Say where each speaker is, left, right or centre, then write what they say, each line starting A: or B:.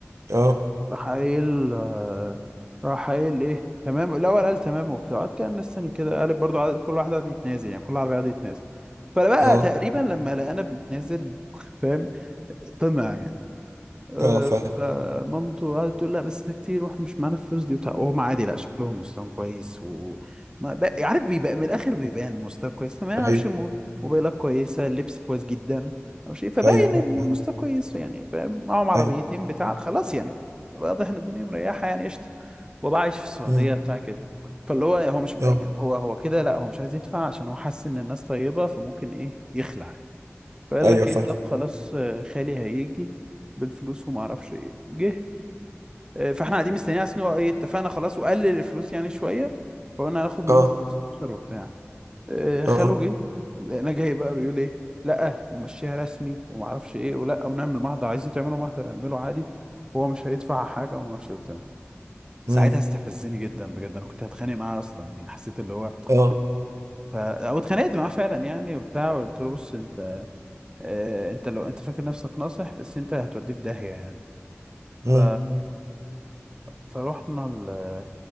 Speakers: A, on the right; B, on the right.
A: اه
B: راح قايل آه راح قايل ايه تمام الاول قال تمام وبتاع قعد كان مستني كده قال برضه عدد كل واحد قعد يتنازل يعني كل عربيه قعد يتنازل فبقى
A: اه
B: تقريبا لما لقانا بنتنازل <laughs> فاهم طمع يعني آه،
A: اه فاهم
B: فمامته قعدت تقول لا بس ده كتير واحنا مش معانا الفلوس دي وبتاع وهم عادي لا شكلهم مستواهم كويس و ما بق- عارف بيبقى من الاخر بيبان المستوى كويس ما يعرفش
A: ايوه
B: مو- موبايلات كويسه اللبس كويس جدا او شيء فباين
A: ايوه فاهم
B: ان المستوى كويس يعني فاهم معاهم عربيتين
A: ايوه
B: بتاع خلاص يعني واضح ان الدنيا مريحه يعني قشطه وبقى عايش في السعوديه
A: امم
B: بتاع كده فاللي هو هو مش يعني
A: اه
B: هو هو كده لا هو مش عايز يدفع عشان هو حاسس ان الناس طيبه فممكن ايه يخلع فقال
A: ايوه
B: لك
A: فاهم
B: ايه طب خلاص آه، خالي هيجي بالفلوس وما اعرفش ايه جه آه، فاحنا قاعدين مستنيين عشان هو ايه اتفقنا خلاص وقلل الفلوس يعني شويه فقلنا هناخد منه
A: اه
B: 15 وبتاع آه، خاله
A: اه
B: جه انا جاي بقى بيقول ايه لا ومشيها رسمي وما اعرفش ايه ولا ونعمل محضر عايزين تعملوا محضر اعمله عادي وهو مش هيدفع حاجه وما اعرفش ايه وبتاع ساعتها
A: امم
B: استفزني جدا بجد انا كنت هتخانق معاه اصلا يعني حسيت اللي هو
A: اه
B: ف... او اتخانقت معاه فعلا يعني وبتاع قلت له بص انت آه، انت لو انت فاكر نفسك ناصح بس انت هتوديه في داهية يعني
A: امم
B: ف... فروحنا ال...